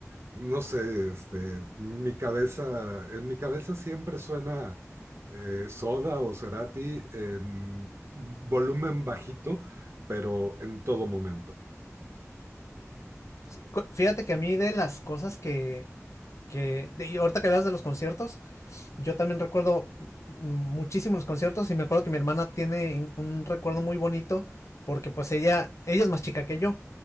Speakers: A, on the right; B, on the left.
A: no sé, este, mi cabeza, en mi cabeza siempre suena eh, Soda o Cerati en volumen bajito, pero en todo momento,
B: Sí, Fíjate que a mí de las cosas que, que de- y ahorita que hablas de los conciertos, yo también recuerdo mm, muchísimo los conciertos y me acuerdo que mi hermana tiene un recuerdo muy bonito porque pues ella, ella es más chica que yo,